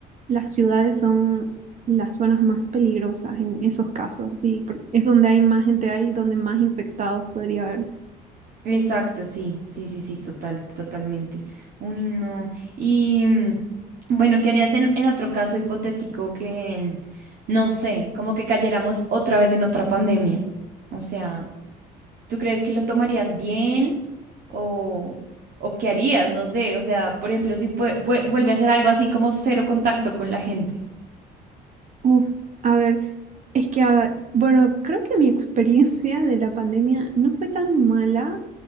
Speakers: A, on the right; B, on the right.
A: las ciudades son las zonas más peligrosas en esos casos, así, por- es donde hay más gente, hay donde más infectados podría haber.
B: Exacto, sí, sí, sí, sí, total, totalmente. Uy, no. Y mm, bueno, ¿qué harías en, en otro caso hipotético que, en- no sé, como que cayéramos otra vez en otra pandemia? O sea, ¿tú crees que lo tomarías bien o, o qué harías? No sé, o sea, por ejemplo, si fue- vue- vuelve a hacer algo así como cero contacto con la gente.
A: Uf, a ver, es que, a- bueno, creo que mi experiencia de la pandemia no fue tan mala